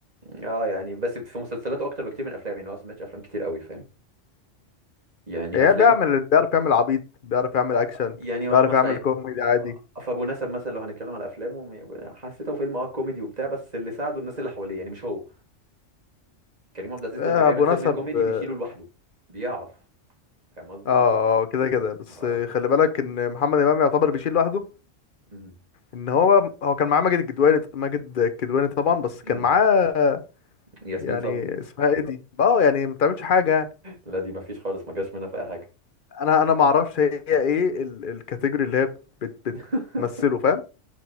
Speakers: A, on the right (about 35°); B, on the left (about 50°).
A: اه يعني بس في مسلسلاته اكتر بكتير من افلام يعني هو أصلاً ما سمعتش افلام كتير قوي فاهم يعني
B: هي
A: افلام
B: بيعمل بيعرف يعمل عبيط بيعرف يعمل
A: آه،
B: اكشن
A: يعني اه
B: بيعرف
A: مثلا
B: يعمل كوميدي عادي
A: آه، فابو نسب مثلا لو هنتكلم على افلامه م- حسيته فيلم اه كوميدي وبتاع بس اللي ساعده الناس اللي حواليه يعني مش هو كريم عبد العزيز
B: آه،
A: لما بيعمل
B: ابو
A: فيلم
B: نسب
A: كوميدي
B: اه
A: بيشيله لوحده بيعرف فاهم قصدي
B: آه، آه، كده كده بس
A: آه،
B: آه، خلي بالك ان محمد امام يعتبر بيشيل لوحده
A: مم.
B: ان هو هو كان معاه ماجد الكدواني ماجد الكدواني طبعا بس كان
A: مم.
B: معاه
A: ياسمين
B: يعني
A: صبري
B: اسمها ايه دي اه يعني ما بتعملش حاجه يعني
A: لا دي مفيش خالص ما جاش منها في اي حاجه
B: انا انا ما اعرفش هي ايه ال- الكاتيجوري اللي هي بت بت-
A: <laughs>
B: بتمثله فاهم